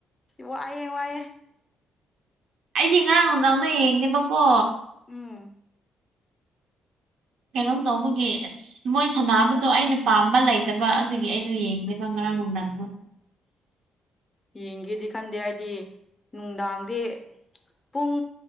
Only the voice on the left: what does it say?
ꯋꯥꯑꯌꯦ ꯋꯥꯑꯦ
ꯎꯝ
ꯌꯦꯡꯒꯦꯗꯤ ꯈꯟꯗꯦ ꯍꯥꯏꯗꯤ ꯅꯨꯡꯗꯥꯡꯗꯤ ꯄꯨꯡ